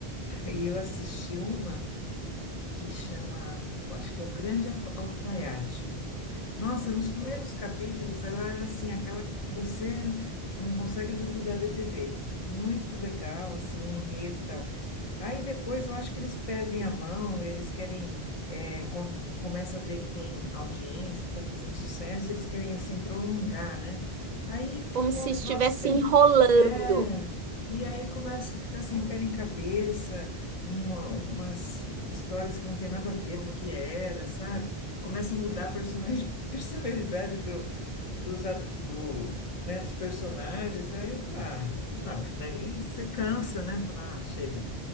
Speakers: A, on the left (about 40°); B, on the right (about 50°).
A: Aí eu assisti uma que chama, eu acho que é o Grande Alfa- Alfaiate. Nossa, nos primeiros capítulos ela era assim, aquela que você não consegue desgrudar da TV. Muito legal, assim, o enredo e tal. Aí depois eu acho que eles perdem a mão, eles querem, é, com- começa a ver que tem audiência, que está fazendo sucesso, eles querem, assim, prolongar, né? Aí ficou
B: Como se
A: um negócio
B: estivesse
A: sem...
B: enrolando.
A: É, e aí começa a ficar sem pé nem cabeça, uma- umas histórias que não tem nada a ver do que era, sabe? começa a mudar a personali- <laughs> personalidade do, dos, atu- do, né, dos personagens, aí fala, ah, sei lá, daí você cansa, né? Fala, ah, chega.